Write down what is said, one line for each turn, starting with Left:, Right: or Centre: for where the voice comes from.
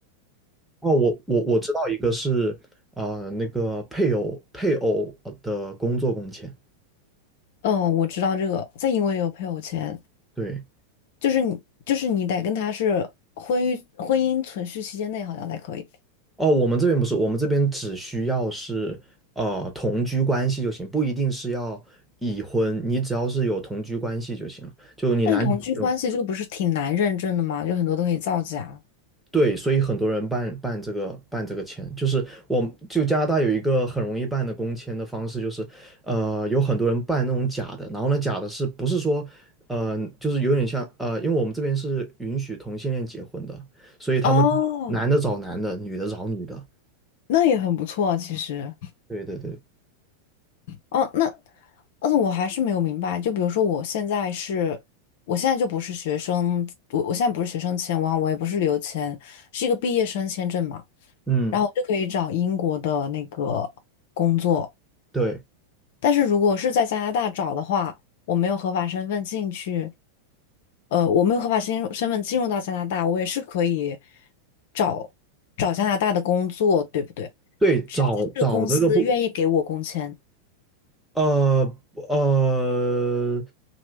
Centre: 哦，我我我知道一个是啊、呃那个配偶配偶呃的工作工签，
Left: 嗯，我知道这个，在英国也有配偶签，
Centre: 对。
Left: 就是你就是你得跟他是婚育婚姻存续期间内好像才可以。
Centre: 哦，我们这边不是，我们这边只需要是呃同居关系就行，不一定是要已婚，你只要是有同居关系就行了。就你男女朋友，
Left: 但是同居关系这个不是挺难认证的吗？就很多都可以造假。
Centre: 对，所以很多人办办这个办这个签，就是我就加拿大有一个很容易办的工签的方式，就是呃有很多人办那种假的，然后呢假的是不是说呃就是有点像呃，因为我们这边是允许同性恋结婚的，所以他们男的找男的，
Left: 哦，
Centre: 女的找女的，
Left: 那也很不错啊，其实。
Centre: 对对对，
Left: 哦，那，嗯，我还是没有明白。就比如说，我现在是，我现在就不是学生，我我现在不是学生签，我我也不是旅游签，是一个毕业生签证嘛。
Centre: 嗯。
Left: 然后我就可以找英国的那个工作，
Centre: 对。
Left: 但是如果是在加拿大找的话，我没有合法身份进去，呃，我没有合法身身份进入到加拿大，我也是可以找找加拿大的工作，对不对？
Centre: 对，
Left: 只要他这个公司愿意给我工签。
Centre: 找找这个不，呃呃，